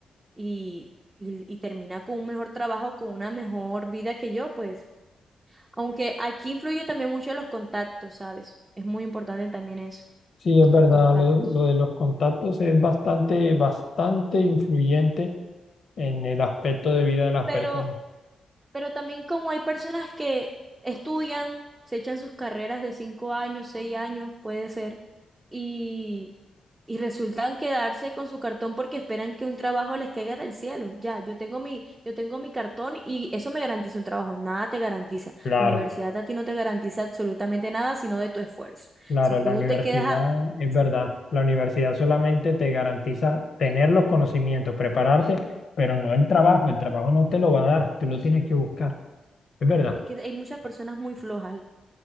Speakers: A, on the right (about 25°); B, on the left (about 60°).
A: y, y, y termina con un mejor trabajo, con una mejor vida que yo, pues, aunque aquí influye también mucho los contactos, ¿sabes? Es muy importante también eso,
B: sí, es verdad.
A: los contactos.
B: Lo, lo de los contactos es bastante, bastante influyente en el aspecto de vida de las
A: Pero
B: personas.
A: Pero también como hay personas que estudian, se echan sus carreras de cinco años, seis años, puede ser, y, y resultan quedarse con su cartón porque esperan que un trabajo les caiga del cielo. Ya, yo tengo mi, yo tengo mi cartón y eso me garantiza un trabajo. Nada te garantiza.
B: Claro.
A: La universidad a ti no te garantiza absolutamente nada, sino de tu esfuerzo.
B: Claro,
A: Si tú
B: la universidad
A: te quedas a...
B: es
A: Sí,
B: verdad. La universidad solamente te garantiza tener los conocimientos, prepararte, pero no el trabajo. El trabajo no te lo va a dar, tú lo tienes que buscar. Es verdad.
A: es que hay muchas personas muy flojas.